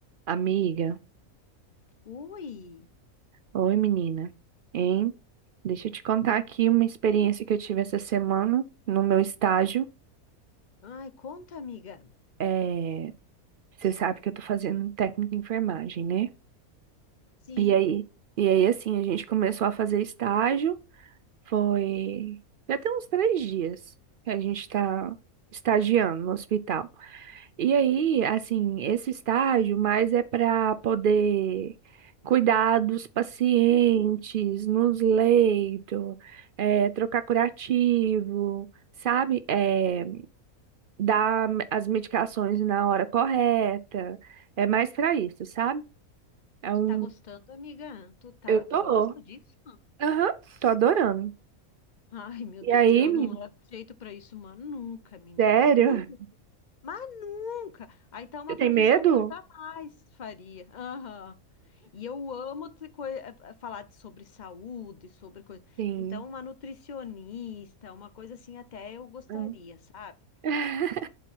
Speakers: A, on the right; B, on the left.
A: Amiga,
B: Ui!
A: oi menina, hein? Deixa eu te contar aqui uma experiência que eu tive essa semana no meu estágio.
B: Ai, conta, amiga.
A: É, Você sabe que eu tô fazendo um técnico em enfermagem, né?
B: Sim.
A: E aí, e aí, assim, a gente começou a fazer estágio, foi já tem uns três dias que a gente tá estagiando no hospital. E aí, assim, esse estágio mais é para poder cuidar dos pacientes, nos leitos, é, trocar curativo, sabe? É, dar me- as medicações na hora correta. É mais para isso, sabe? É
B: E tu
A: um...
B: tá gostando, amiga? Tu tá,
A: Eu tô.
B: tu gosta disso?
A: Aham, tô adorando.
B: Ai, meu
A: E
B: Deus,
A: aí,
B: eu
A: menino,
B: não levo jeito pra isso, mano. Nunca, menina.
A: sério?
B: Nunca. Mas nunca. Aí tá uma
A: Você tem
B: profissão
A: medo?
B: que eu jamais faria. Aham. E eu amo te co- eh, eh, falar de- sobre saúde, sobre coisa.
A: Sim.
B: Então, uma nutricionista, uma coisa assim, até eu gostaria,
A: Hum.
B: sabe?
A: <laughs>